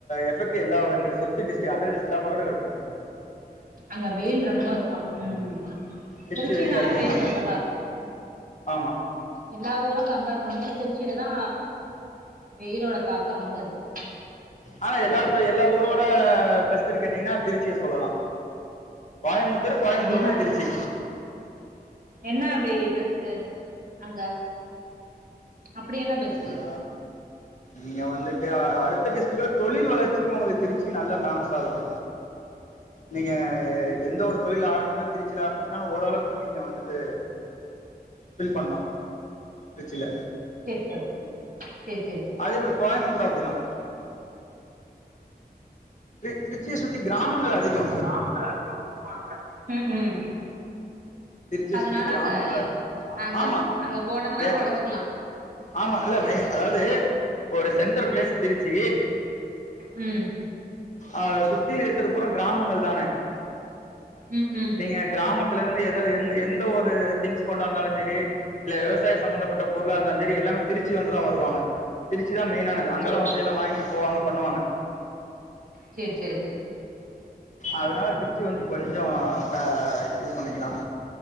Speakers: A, on the left; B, on the right.
A: எஃபெக்ட் எல்லா இங்கிட்டு சுத் தி டிஸ்ட்ரிக் அதர் டிஸ்ட்ரிக் எல்லா பக்கட்டுக்குருக்கு
B: அங்க வெயில் ரொம்பருக்குமா ம்
A: திருச்சி
B: திருச்சினாலே
A: அதிகம்
B: வெயில்
A: தான்
B: ரொம்ப தாருக்கு
A: ஆமா
B: எல்லா ஊரும் கம்பேர் பண்போது திருச்சிலதா வெயிலோட தாக்கோ ரொம்பருக்கு
A: ஆனா எல்லாத்த எல்லா ஊரோட பெஸ்ட்டுன்னு கேட்டீங்கனா திருச்சிய சொல்லலா கோயமுத்தூர் கோயம்முத்தூர
B: அப்டின்னா
A: உட்டா திருச்சி
B: என்ன அப்டி எதாச்சி அங்க அப்படி என்ன பெஸ்ட்டு
A: ஆ நீங்க வந்துட்டு அடுத்த டிஸ்ரிக்ட்ல தொழில் வளர்ச்சிக்கோ உங்கள திருச்சி நல்லா பேமஸாருக்கு நீங்க எந்த ஒரு தொழில் ஆரம்பிக்கனா திருச் ச்சிஆரம்பிச்சுனாலு ஓரளவுக்கு நீங்க வந்துட்டு பில் பண்ணலா திரிச்சில
B: செர் சம் செர் செர்
A: அதே மாரி கோயமுத்தூர் அப்டிதா திரு திருச்சியை சுற்றி கிராமங்கள் அதிகோ
B: கிராம ஙமங்கள் அதிகோ போர் பை உம் உம்
A: திருச்சியை
B: அதனால
A: சுத்தி கிராமங்களை
B: அங்க ஏ அங்க
A: ஆமா
B: அங்க போனோம்னா
A: ஏ
B: பொழச்சிக்கலா
A: ஆமா இல்ல மே அதாவது ஒரு சென்ட்ர் பிளேஸ் திருச்சி
B: உம்
A: அத சுத்தி இருக்கிறது புற கிராமங்கள் தானே
B: ம் ம்
A: நீங்க கிராமத்துல இருந்து ஏதோ எந்த எந்த ஒரு திங்ஸ் கொண்டாந்தாலு செரி இல்ல விவசாய சம்பந்தப்பட்ட பொருளா இருந்தாலு சரி எல்லாமே திருச்சு வந்துதா வருவாங்க திருச்சிதா மெயின்னனது அங்கெல்லா
B: சேரி
A: வந்து வாங்கிட்டு போவாங்க பண்ணுவாங்க
B: செரி செரி
A: அதனால ட்ருச்சி வந்துட்டு கொஞ்சோ ப இது பண்ணிக்கலா